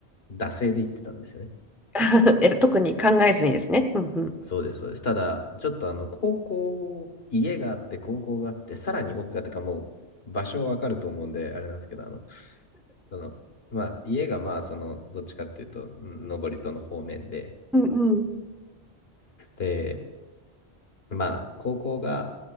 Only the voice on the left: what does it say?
惰性で行ってたんですよね。
そうです、そうです。ただ、ちょっとあの、高校、家があって、高校があって、さらに奥がってか、もう場所わかると思うんで、あれなんですけど、あの、その、まあ、家がまあ、その、どっちかっていうと、上り登戸の方面で、
で、まあ、高校が、